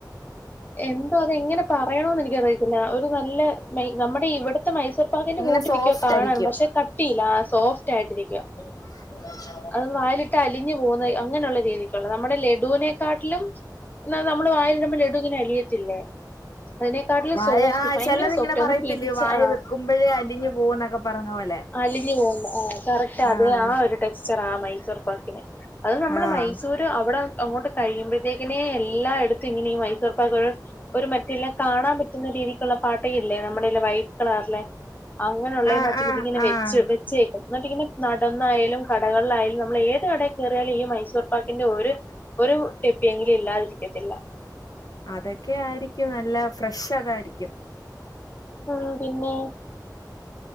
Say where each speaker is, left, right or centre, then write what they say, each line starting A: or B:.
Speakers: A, on the left; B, on the left.
A: എന്തോ അതെങ്ങനെ പറയണോന്ന് എനിക്കറിയത്തില്ല ഒരു നല്ല നമ്മടെ ഇവിടെ ഇപ്പത്തെ മൈസൂർ പാക്കിൻ്റെ
B: ഇങ്ങനെ
A: കൂട്ടിരിക്കയോ
B: സോഫ്റ്റ്
A: കാണാൻ
B: ആയിരിക്കും
A: പക്ഷെ കട്ടിയില്ല സോഫ്റ്റ് ആയിട്ടിരിക്കുവ
B: ഒ <inaudible>
A: അത് വായിലിട്ടാ അലിഞ്ഞു പോകുന്ന അങ്ങനെയുള്ള രീതിക്കുള്ള നമ്മുടെ ലഡുവിനെ കാട്ടിലും നമ്മള് വായലിടുമ്പോ ലഡു ഇങ്ങനെ അലിയത്തില്ലേ അതിനെക്കാട്ടിലും
B: വായ
A: സോഫ്റ്റ്
B: ആ
A: ഭയങ്കര
B: ചിലത്
A: സോഫ്റ്റ്
B: ഇങ്ങനെ പറയത്തില്ലേ
A: ഒന്ന് പിടിച്ച്
B: വായേ
A: ആ
B: വെക്കുമ്പോഴേ അലിഞ്ഞു പോകും എന്നൊക്കെ പറഞ്ഞ പോലെ
A: അലിഞ്ഞു പോകും ആഹ് കറക് അതേ
B: ആഹ്
A: ആ ഒരു ടെക്സ്ചർ ആ മൈസൂർ പാക്കിന് അത് നമ്മ
B: ആഹ്
A: മൈസൂർ അവിടെ അങ്ങോട്ട് കഴിയുമ്പോഴത്തേക്കിനെ എല്ലാ എടുത്തും ഇങ്ങനെഈ മൈസൂർ പാക്ക് ഒരു ഒരു മറ്റല്ല കാണാൻ പറ്റുന്ന രീതിക്കുള്ള പാട്ട ഇല്ലേ നമ്മുടെ വൈറ്റ് കളറില്െ അങ്ങനെയുള്ളതിനകത്ത്
B: ആഹ് ആഹ്
A: ഇതിങ്ങനെ വെച്ച
B: ആഹ്
A: വെച്ചേക്കും എന്നിട്ട് ഇങ്ങനെ നടന്നായാലും കടകളിലായാലും നമ്മൾ ഏത് കടയിൽ കയറിയാലും ഈ മൈസൂർ പാക്കിന്റെ ഒരു ഒരു ടെപ്പിയെങ്കിലും ഇല്ലാതിരിക്കത്തില്ല
B: അതൊക്കെ ആയിരിക്കും നല്ല ഫ്രഷ് അതായിരിക്കും
A: ഉ പിന്നെ